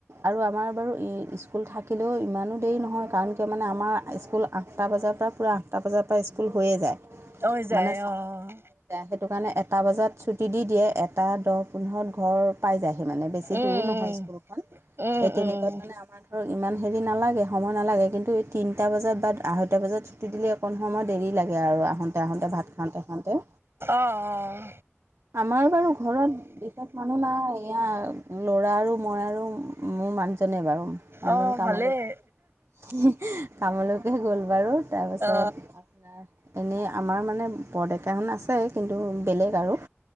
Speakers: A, on the right; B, on the right.
A: আৰু আমাৰ বাৰু ই স্কুল থাকিলেও ইমানো দেৰি নহয়, কাৰণ কিয় মানে আমাৰ স্কুল আ আঠটা বজাৰ পৰা, পূৰা আঠটা বজাৰ পৰা স্কুল হৈয়ে যায়।
B: হৈ যায়
A: মানে
B: অ', অ', অ'।
A: সেইটো কাৰণে এটা বজাত ছুটী দি দিয়ে, এটা দহ পোন্ধৰত ঘৰ পাই যায়হি মানে বেছি
B: উম
A: দূৰো নহয় স্কুলখন,
B: উম
A: সেই তেনেকুৱাত
B: উম
A: মানে আমাৰ ধৰ ইমান হেৰি নালাগে সময় নালাগে কিন্তু এই তিনিটা বজাত বা আহৈ দুটা বজাত ছুটি দিলে অকণ সময় দেৰি লাগে আৰু আহোঁতে-আহোঁতে ভাত খাওঁতে-খাওঁতে।
B: অ অ'।
A: আমাৰ বাৰু ঘৰত বিশেষ মানুহ নায়, এইয়া ল'ৰা আৰু মই আৰু মোৰ মানুহজনে বাৰু। মানুহজন
B: অ
A: কামলে
B: ভালেই
A: <unintelligible> কামলৈকে গল বাৰু। তাপাছত
B: অ
A: এনেই আমাৰ মানে বৰ ডেকাসন আছে কিন্তু বেলেগ আৰু।